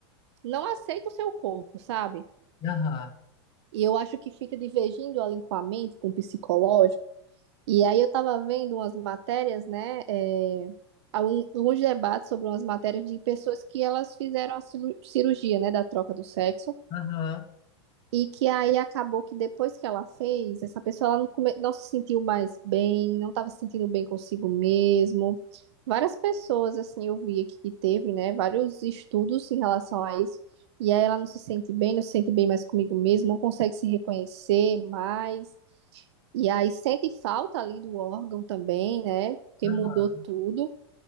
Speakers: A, on the right; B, on the left.
A: não aceita o seu corpo, sabe?
B: aham,
A: E eu acho que fica divergindo ela com a mente, com o psicológico. E aí eu estava vendo umas matérias, né? É, há um alguns debates sobre umas matérias de pessoas que elas fizeram a cilu- cirurgia, né, da troca do sexo.
B: aham.
A: E que aí acabou que depois que ela fez, essa pessoa ela não, come- não se sentiu mais bem, não estava se sentindo bem consigo mesmo. Várias pessoas, assim, eu vi aqui que teve, né, vários estudos em relação a isso. E aí ela não se sente bem, não se sente bem mais comigo mesmo, não consegue se reconhecer mais. E aí sente falta ali do órgão também, né, porque
B: Aham,
A: mudou tudo.